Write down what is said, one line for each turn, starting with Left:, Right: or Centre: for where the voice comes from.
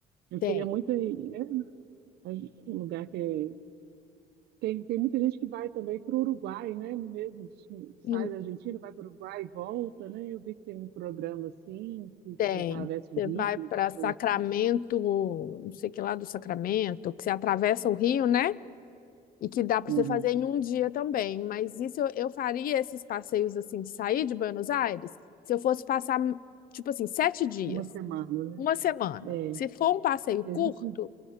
Right: Eu
Left: Tem,
Right: queria muito ir, né? É um lugar que Tem, tem muita gente que vai também para o Uruguai, né? No mesmo destino, sai
Left: não
Right: da Argentina, vai para o Uruguai e volta, né? Eu vi que tem um programa assim, que
Left: tem.
Right: você atravessa
Left: Você
Right: o rio,
Left: vai para
Right: uma
Left: Sacramento,
Right: coisa, assim.
Left: não sei que lá do Sacramento, que você atravessa o rio, né? E que dá para
Right: Uhum.
Left: você fazer em um dia também. Mas isso eu, eu faria esses passeios assim de sair de Buenos Aires se eu fosse passar, tipo assim, sete dias,
Right: uma semana, né?
Left: uma semana.
Right: É,
Left: Se for um passeio
Right: e
Left: curto,
Right: a gente,